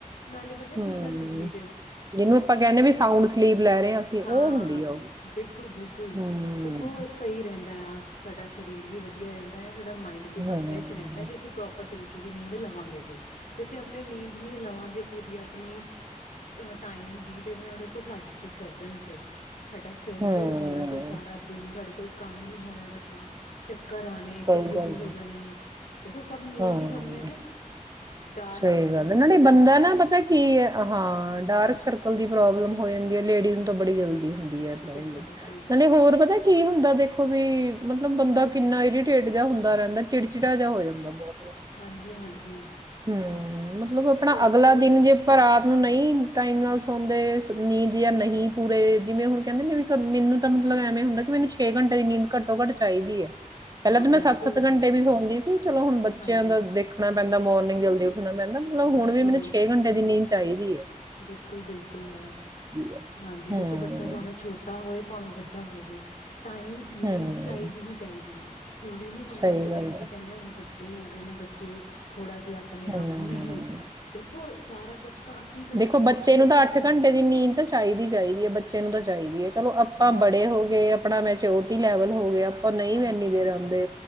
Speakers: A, on the left (about 70°); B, on the right (about 25°).
A: ਨਾਲੇ ਪਤਾ
B: ਹਮ
A: ਕੀ ਗੱਲ ਹੁੰਦੀ ਜੇ
B: ਜਿਹਨੂੰ ਆਪਾਂ ਕਹਿੰਦੇ ਵੀ ਸਾਊਂਡ ਸਲੀਪ ਲੈ ਰਹੇ ਆ ਅਸੀਂ
A: ਹਾਂਾਂ
B: ਉਹ ਹੁੰਦੀ ਆ ਉਹ।
A: ਬਿਲਕੁਲ ਬਿਲਕੁਲ
B: ਹੂੰ,
A: ਦੇਖੋ ਸਹੀ ਰਹਿੰਦਾ ਆ ਸਾਡਾ ਸਰੀਰ ਵੀ ਵਧੀਆ ਰਹਿੰਦਾ ਆ ਮਾਈੰਡ ਵੀ ਇੱਕ
B: ਹੂੰ।
A: ਫਰੈਸ਼ ਰਹਿੰਦਾ ਜੇ ਅਸੀਂ ਪ੍ਰੋਪਰ ਤਰੀਕੇ ਦੀ ਨੀਂਦ ਲਵਾਂਗੇ ਤੇ ਅਸੀਂ ਆਪਣੀ ਨੀਂਦ ਨੀ ਲਵਾਂਗੇ ਪੂਰੀ ਆਪਣੀ ਟਾਈਮ ਦੀ ਤੇ ਇਹਦੇ ਨਾਲ ਦੇਖੋ ਸਾਡੀੇ ਡਿਸਟਰਬੈਂਸ ਹੈ ਸਾਡਾ ਸਿਰ
B: ਹੂੰ,
A: ਪੀੜ ਹੋਣਾ ਫਿਰ ਸਾਰਾ ਦਿਨ ਸਾਡੇ ਕੋਲ ਕੰਮ ਨੀ ਹੋਇਆ ਜਾਣਾ ਚੱਕਰ ਆਣੇ
B: ਸਹੀ
A: ਕਮਜ਼ੋਰੀ
B: ਗੱਲ ਐ,
A: ਹੋ ਜਾਣੀ ਹੈ ਦੇਖੋ ਸਭ ਨੀਂਦ
B: ਹੂੰ।
A: ਦੀ ਕਮੀਆਂ ਨੇ ਡਾਰਕ
B: ਸਹੀ
A: ਸਰਕਲ
B: ਗੱਲ
A: ਵੱਖਰੇ
B: ਨਾਲੇ
A: ਪੈ
B: ਬੰਦਾ
A: ਜਾਣੇ
B: ਨਾ ਪਤਾ ਕੀ ਹੈ ਹਾਂ ਡਾਰਕ ਸਰਕਲ ਦੀ ਪ੍ਰੋਬਲਮ ਹੋ ਜਾਂ ਲੇਡੀਜ਼ ਨੂੰ ਬੜੀਲਦੀ ਹੁੰਦੀ ਬ
A: ਬਿਲਕੁਲ ਬਿਲਕੁਲ
B: ਨਾਲੇ ਹੋਰ ਪਤਾ ਕੀ ਹੁੰਦਾ ਦੇਖੋ ਵੀ ਮਤਲਬ ਮਤਲਬ ਬੰਦਾ ਕਿੰਨਾ ਇਰੀਟੇਟ ਜ ਹੁੰਦਾਹਿੰਦਾ ਚਿੜਚਿੜਾ ਜਿਹਾ ਹੋ ਜਾਂਦਾ ਬਹੁਤ
A: ਹਾਂਜੀ ਹਾਂਜੀ
B: ਹਮ ਮਤਲਬ ਆਪਣਾ
A: ਉਹੀ
B: ਅਗਲਾ
A: ਹੈ।
B: ਦਿਨ ਜੇ ਆਪਾਂ ਰਾਤ ਆਪ ਨੂੰ ਨਹੀਂ ਟਾਈਮ ਨਾਲ ਸੌਂਦੇ ਨੀਂਦ ਜਾਂ ਨਹੀਂ ਪੂਰੇ ਜਿਵੇਂ ਹੁਣ ਕਹਿੰਦੇ ਨੇ ਵੀ ਮੈਨੂੰ ਤਾਂ ਮਤਲਬ ਐਵੇਂ ਹੁੰਦਾ ਕਿ ਮੈਨੂੰ ਛੇ ਘੰਟੇ ਦੀ ਨੀਂਦ ਘੱਟੋ ਘੱਟ ਚਾਹੀਦੀ ਹੈ ਪਹਿਲਾਂ
A: ਹਾਂ
B: ਤੇ
A: ਬਿਲਕੁਲ
B: ਮੈਂ ਸੱਤ ਸੱਤ
A: ਯਾਰ
B: ਘੰਟੇ ਵੀ ਸੌਦੀ ਸੀ ਚਲੋ ਹੁਣ ਬੱਚਿਆਂ
A: ਹਾਂਜੀ
B: ਦਾ ਦੇਖਣਾ ਪੈਂਦਾ ਮੋਰਿੰਗ ਗਲਦੇ ਮਹਿੰ ਮਤਲਬ
A: ਹਾਂਜੀ
B: ਹਣ ਵੀ ਮੈਨੂੰ
A: ਹਾਂਜੀ
B: ਛੇ ਘੰੇ ਦੀ ਨੀਂ ਚਾਹੀਦੀ ਹੈ
A: ਬਿਲਕੁਲ ਬਿਲਕੁਲ ਯ
B: ਐ।
A: ਹਾਂਜੀ
B: ਹੂੰ,
A: ਦੇਖੋ ਬੱਚਾ ਭਾਵੇਂ ਛੋਟਾ ਹੋਵੇ ਭਾਵੇਂ ਵੱਡਾ ਹੋਵੇ ਟਾਈਮ ਨੀਂਦ
B: ਹੂੰ,
A: ਚਾਹੀਦੀ ਹੀ ਚਾਹੀਦੀ ਆ ਜ਼ਰੂ ਨ ਨਹੀਂ ਹੁੰਦਾ
B: ਸਹੀ ਗੱਲ
A: ਨਹੀਂ ਅਸੀਂ
B: ਐ।
A: ਕਹਿੰਦੇ ਹਾਂ ਹਣ ੇ ਹੋ ਗਏ ਨੇ ਬੱਚੇ ਥੋੜਾ ਜਿਹਾ ਆਪਣੇ
B: ਹੂੰ।
A: ਆਪ ਨਹੀਂ ਦੇਖੋ ਸਾਰਾ ਕੁਛ ਤਾਂ ਅਸੀਂ ਕਰਨਾ
B: ਦੇਖੋ
A: ਨਾ
B: ਬੱਚੇ
A: ਆਪਣੇ ਬੱਚਿਆਂ
B: ਨੂੰ ਤਾਂ ਅੱਠ
A: ਦੇ
B: ਘੰਟੇ
A: ਨਾਲ
B: ਦੀ ਨੀਂਦ ਤਾਂ ਚਾਹੀਦੀ ਚਾਹੀਦੀ ਹੈ ਬੱਚੇ ਨੂੰ ਤਾਂ ਚਾਹੀਦੀ ਹੈ ਚਲੋ ਆਪਾਂ
A: ਹਾਂ
B: ਬੜੇ ਹੋ ਗਏ ਆਪਣਾ ਮੈਂ ਚਓਟੀ ਲੈਵਲ ਹੋ ਗਿਆ ਉਹ ਨਹੀਂ
A: ਹਾਂਜੀ,
B: ਵੀ ਇੰਨੀ ਦੇਰ
A: ਹਾਂਜੀ,
B: ਆਉਂਦੇ